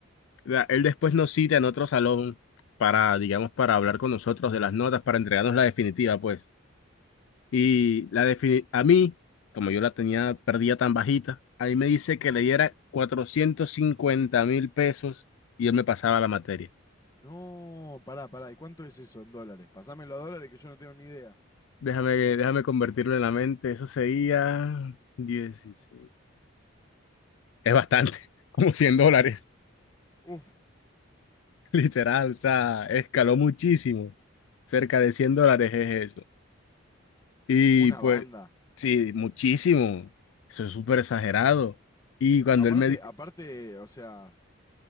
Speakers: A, on the left; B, on the left.
A: la- él después nos cita en otro salón para, digamos, para hablar con nosotros de las notas, para entregarnos la definitiva, pues. Y la defini- a mí, como yo la tenía perdida tan bajita, a mí me dice que le diera cuatrocientos cincuenta mil pesos y él me pasaba la materia.
B: No, pará, pará, ¿y cuánto es eso en dólares? Pasámelo a dólares que yo no tengo ni idea.
A: Déjame, déjame convertirlo en la mente, eso sería 16. Es bastante, <laughs> como 100 dólares,
B: Uf,
A: <laughs> literal, o sea, escaló muchísimo. Cerca de 100 dólares es eso. Y
B: una
A: pues,
B: banda.
A: sí, muchísimo. Eso es súper exagerado. Y cuando
B: Aparte,
A: él me... di-
B: aparte, o sea,